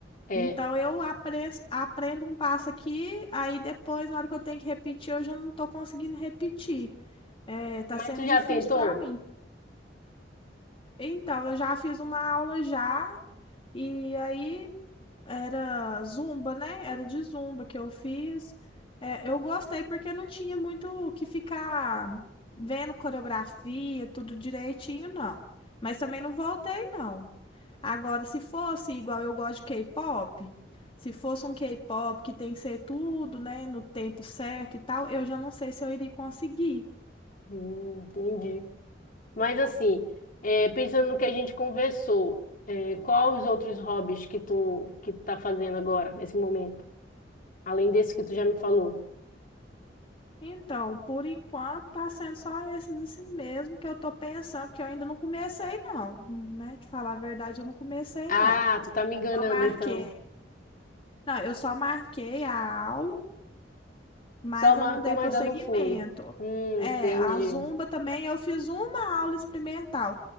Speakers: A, on the left (about 50°); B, on the left (about 30°).
A: É.
B: Então, eu apre- aprendo um passo aqui, aí depois, na hora que eu tenho que repetir, eu já não estou conseguindo repetir. É, tá
A: Mas
B: sendo
A: tu
B: difícil
A: já tentou?
B: para mim. Então, eu já fiz uma aula já. E aí Era zumba, né? Era de zumba que eu fiz. É, eu gostei porque não tinha muito o que ficar vendo coreografia, tudo direitinho, não. Mas também não voltei, não. Agora, se fosse igual eu gosto de K-pop, se fosse um K-pop que tem que ser tudo, né, no tempo certo e tal, eu já não sei se eu iria conseguir.
A: Hum, entendi. Mas assim, é, pensando no que a gente conversou, é, qual os outros hobbies que tu que tu tá fazendo agora, nesse momento? Além desse que tu já me falou.
B: Então, por enquanto, tá sendo só esses assim mesmo que eu tô pensando, que eu ainda não comecei, não, hum, né? Te falar a verdade, eu não comecei,
A: Ah,
B: não.
A: tu tá me
B: Eu
A: enganando
B: só marquei,
A: então.
B: não, eu só marquei a aula mas
A: Só marcou,
B: eu não dei
A: mas
B: prosseguimento.
A: ainda não foi. Hum,
B: É,
A: entendi.
B: a Zumba também eu fiz uma aula experimental.